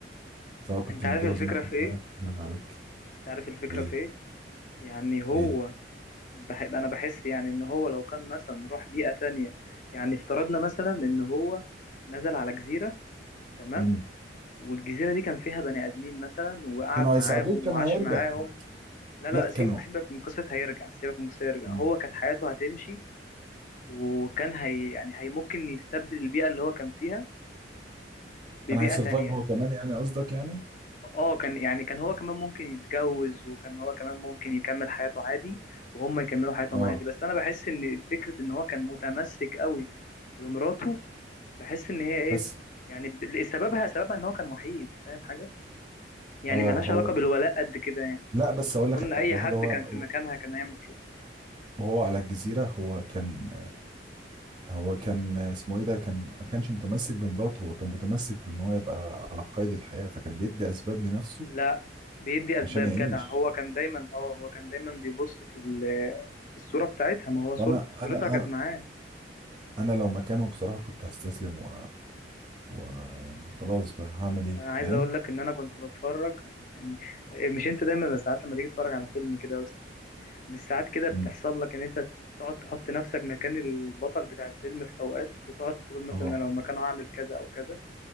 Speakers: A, on the right; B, on the left.
A: سواء كنت
B: انت عارف
A: متجوز
B: الفكرة
A: ممكن
B: في ايه
A: مراتك تتجوز عليك
B: انت عارف الفكرة
A: ايه
B: في ايه يعني هو
A: ايه
B: بح... انا بحس يعني ان هو لو كان مثلا راح بيئة تانية يعني افترضنا مثلا ان هو نزل على جزيرة تمام
A: امم
B: والجزيرة دي كان فيها بني آدمين مثلا وقعد
A: كانوا
B: معاهم
A: هيساعدوه كان
B: وعاش
A: هيرجع
B: معاهم لا لا
A: لا
B: لا
A: كانوا
B: سيبك سيبك من قصة هيرجع سيبك من قصة هيرجع
A: مم.
B: هو كانت حياته هتمشي وكان هي يعني هي ممكن يستبدل البيئة اللي هو كان فيها
A: كان
B: ببيئة
A: هيسرفايف
B: تانية
A: هو كمان يعني قصدك يعني
B: اه كان يعني كان هو كمان ممكن يتجوز وكان هو كمان ممكن يكمل حياته عادي وهم يكملوا حياتهم
A: اه
B: عادي بس انا بحس ان فكرة ان هو كان متمسك قوي بمراته بحس ان هي ايه
A: بس
B: يعني ب- سببها سببها ان هو كان وحيد فاهم حاجة يعني
A: اه
B: ملهاش
A: هو
B: علاقة بالولاء قد كده يعني
A: لا بس اقول
B: اظن
A: لك
B: اي
A: على
B: حد
A: حاجه هو
B: كان في مكانها كان هيعمل كده
A: وهو على الجزيره هو كان هو كان اسمه ايه ده كان ما كانش متمسك بمراته هو كان متمسك بان هو يبقى على قيد الحياه فكان بيدي اسباب لنفسه
B: لا بيدي اسباب
A: عشان يعيش
B: جدع هو كان دايما اه هو كان دايما بيبص في ال- في الصوره بتاعتها ما هو صورة
A: وانا
B: صورتها
A: انا
B: كانت
A: انا
B: معاه
A: انا لو مكانه بصراحه كنت هستسلم ويعني خلاص بقى هعمل ايه
B: انا عايز
A: فاهم
B: اقول لك ان انا كنت بتفرج يعني آه، مش انت دايما بس ساعات لما تيجي تتفرج على فيلم كده يا اسطى مش ساعات كده بتحصل
A: امم
B: لك ان انت تقعد تحط نفسك مكان البطل بتاع الفيلم في اوقات وتقعد تقول مثلا
A: اه
B: انا لو مكانه هعمل كذا او كذا